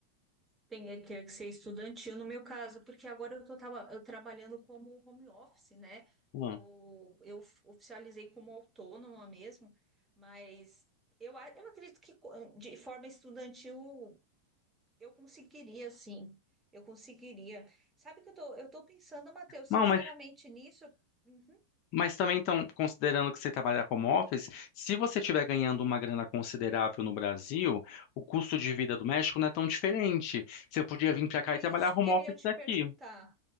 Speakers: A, on the right; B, on the left.
A: Tem, ter que ser estudantil no meu caso, porque agora eu tô tava- eu trabalhando como home office, né?
B: Hum.
A: Eu, eu oficializei como autônoma mesmo, mas eu, a- eu acredito que co- de forma estudantil eu conseguiria, sim. Eu conseguiria. Sabe que eu tô, eu tô pensando, Matheus, sinceramente
B: Não, mas,
A: nisso. Uhum,
B: mas também, então, considerando que você trabalha home office, se você estiver ganhando uma grana considerável no Brasil, o custo de vida do México não é tão diferente. Você podia vir para cá
A: é
B: e trabalhar
A: isso
B: home
A: que
B: office
A: eu ia te
B: daqui.
A: perguntar.